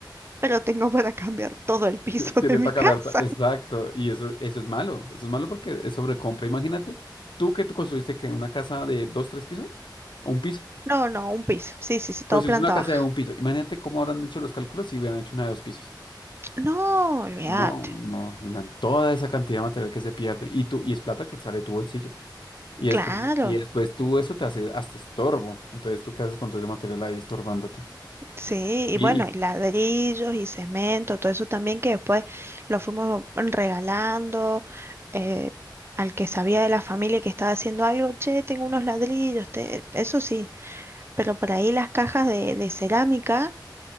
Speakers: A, on the right; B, on the left.
A: pero tengo para cambiar todo el piso
B: T- Tiene
A: de mi
B: para
A: casa.
B: cambiar. to- Exacto. Y eso, eso es malo. Eso es malo porque es sobrecompra. Imagínate, tú que te construiste que una casa de dos, tres pisos o un piso.
A: No, no, un piso. Sí, sí, sí, todo
B: Construiste
A: planta
B: una casa
A: baja.
B: de un piso. Imagínate cómo habrán hecho los cálculos si hubieran hecho una de dos pisos.
A: No, olvídate.
B: No, no, imagínate toda esa cantidad de material que se pierde. Y tú, y es plata que sale de tu bolsillo. Y después,
A: Claro.
B: y después tú eso te hace hasta estorbo. Entonces, ¿tú qué haces con todo ese material ahí estorbándote?
A: Sí, y
B: Y,
A: bueno,
B: y-
A: y ladrillos y cemento, todo eso también que después lo fuimos regalando eh, al que sabía de la familia que estaba haciendo algo, che, tengo unos ladrillos, te-". eso sí, pero por ahí las cajas de, de cerámica